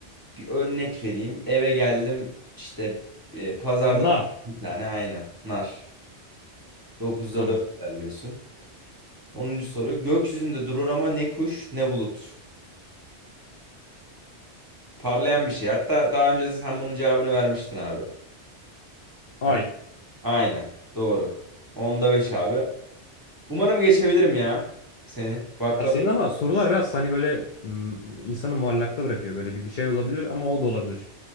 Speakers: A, on the right; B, on the left.
A: bir örnek vereyim. Eve geldim işte e, pazarda
B: ha, nar.
A: bir tane aynen nar. 9'da
B: Tamam.
A: 4 ilerliyorsun. Onuncu soru. Gökyüzünde durur ama ne kuş ne bulut. Parlayan bir şey. Hatta daha önce sen bunun cevabını vermiştin abi.
B: Ay.
A: Hani aynen doğru. 10'da 5 abi. Umarım geçebilirim ya seni. Baklava
B: Ya senin ama sorular biraz hani böyle mm, insanı muallakta bırakıyor. Böyle bir, bir şey olabilir ama o da olabilir.